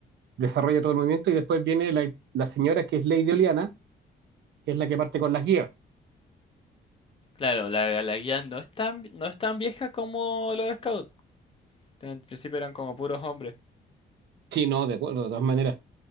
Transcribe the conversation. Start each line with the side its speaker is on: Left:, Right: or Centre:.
Right: desarrolla todo el movimiento y después viene la, la señora que es Lady Oliana, que es la que parte con las guías.
Left: Claro, la, la guía no es tan, no es tan vieja como los scouts. En principio eran como puros hombres.
Right: Sí, no, de acuerdo, de todas maneras.